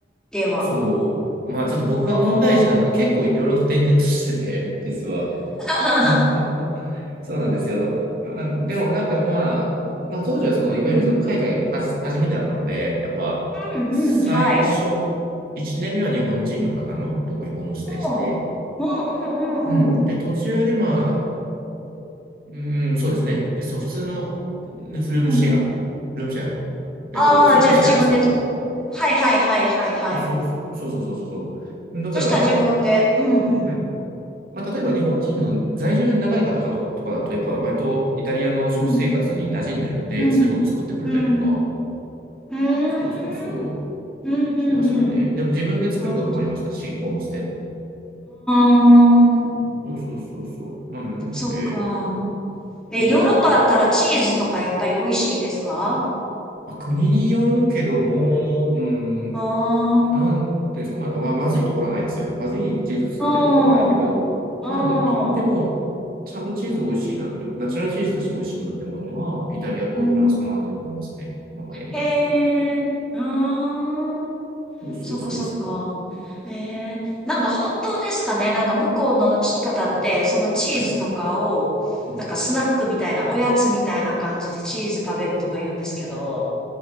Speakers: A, in the centre; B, on the right.
A: では。
B: そう。まあ、ちょっと僕が問題児なのか、
A: おー。
B: 結構いろいろと転々としてて、実は。
A: <laughs> あ
B: <laughs> そうなんですよ。あ、でもなんかまあ、まあ当時はその、
A: ー
B: いわゆるその海外はじ、初めてだったので、やっぱ最初、
A: うん、うん、うん、はい。
B: 1年目は日本人の方のとこにホームステイして、
A: おーうん、うん、
B: うん。
A: うん、うん。
B: で、途中でまあ、うん、そうですね。その普通のうんルームシェア、
A: うん。
B: ルームシェア、
A: ああ、
B: えっと、フラットシェアですか
A: じゃあ自分で、はい、はい、はい、はい、はい。
B: そう、そうそうそうそうそう。だから、
A: そしたら自分で、うん、うん。
B: はいまあ、例えば日本人の在住で長い方かと、とかだと、やっぱ割とイタリアの食生活に馴染んでるので、
A: うん、うん、
B: そういうもの作ってくれたりとか、
A: うん。うーん、
B: そうそうそ
A: うん、うん、
B: う、しましたね。
A: うん。
B: でも自分で作ることもありましたし、
A: うん、
B: ホームステイでも。
A: うーん
B: そうそうそうそう。なんで、
A: そっか。え、
B: そう。
A: ヨーロッパだったらチーズとかやっぱり美味しいですか
B: まあ、国によるけども、うん、
A: あ
B: なんていうんですか、
A: あー、
B: まあ、でもま、まずいところはないですよ。まずいチーズ作ってるところはないけど、
A: うん、う
B: まあでも言っても、
A: ん、
B: ちゃんとチーズ美味しいなって、ナチュラルチーズとして美味しいなってものは、イタリアとフランスかなって思いますね。
A: うん。
B: 今までいたのかなと。
A: えー、うーん。
B: そうそうそうそう。
A: そっかそっか。えー、なんか本当ですかねなんか向こうの方って、そのチーズとかを、
B: はい。うん。
A: なんかスナックみたいな、おやつみたいな感じでチーズ食べるとか言うんですけど、